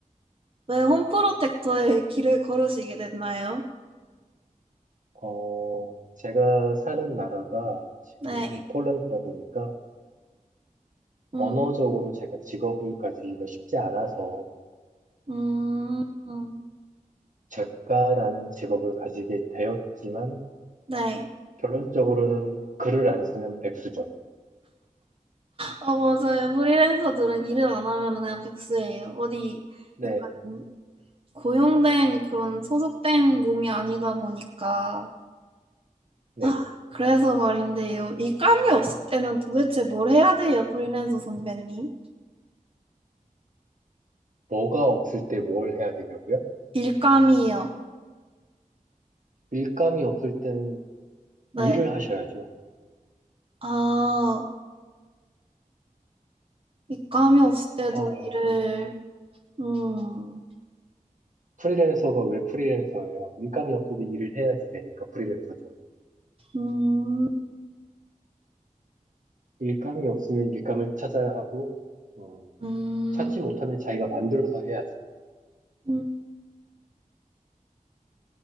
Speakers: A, on the right; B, on the right.
A: 왜 홈프로텍터에 길을 걸으시게 됐나요?
B: 어, 제가 사는 나라가 지금
A: 네.
B: 폴란드다 보니까
A: 음,
B: 언어적으로 제가 직업을 가지기가 쉽지 않아서
A: 음,
B: 어, 작가라는 직업을 가지게 되었지만
A: 네.
B: 결론적으로는 글을 안 쓰는 백수죠.
A: 아, 맞아요. 프리랜서들은 일을 안 하면 그냥 백수예요. 어디,
B: 네,
A: 약간 고용된 그런 소속된 몸이 아니다 보니까
B: 네.
A: 아, 그래서 말인데요. 일감이 없을 때는 도대체 뭘 해야 돼요, 프리랜서 선배님?
B: 뭐가 없을 때 뭘 해야 되냐고요?
A: 일감이요.
B: 일감이 없을 땐
A: 네.
B: 일을 하셔야죠.
A: 아, 일감이 없을 때도
B: 어,
A: 일을 음.
B: 프리랜서가 왜 프리랜서예요? 일감이 없어도 일을 해야지 되니까 프리랜서죠.
A: 음.
B: 일감이 없으면 일감을 찾아야 하고, 어,
A: 음.
B: 찾지 못하면 자기가 만들어서 해야죠.
A: 음.